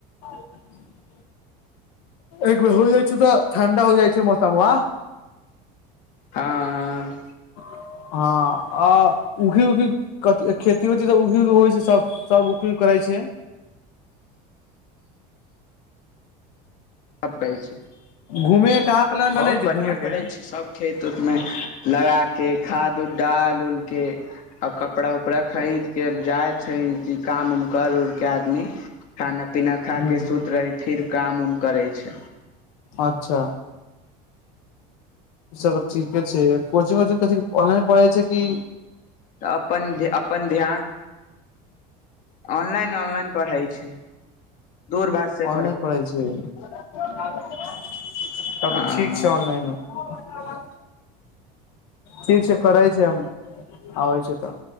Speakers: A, on the left; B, on the left.
A: <unintelligible> एक बेर होइ जाइ छैय तऽ ठंडा होइ जाइ छैय मौशामुआ।
B: हँ।
A: हँ आ उखी-ऊखी क खेती होती तऽ उखे होइ छैय सब सब उखे करै छैय।
B: सब कहै छी।
A: घुमे कहाँ प्लान
B: बहुत
A: बनै छै
B: बढ़िआँ
A: घूमे के
B: करै छैय सभ। खेत उतमे लगाके खाद उद डाल उलके आ कपड़ा उपड़ा खरीदके जाइ छैय कि काम उम कर उरके आदमी खाना पीना खाके
A: हूँ
B: सुति रहे फिर काम उम करै छैय।
A: अच्छा। सब ठीके छै कोचिंग -ओचिंग कथि ऑनलाइन पढ़ै छै कि
B: तऽ अपन -अपन ध्यान ऑनलाइन -ऑनलाइन पढ़ै छै। दूर भाष से
A: ऑनलाइन पढ़ै छै। तब
B: हँ
A: ठीक
B: हँ
A: छै अनलाइन मे। ठीक छै करै छै हम आबै छै तऽ।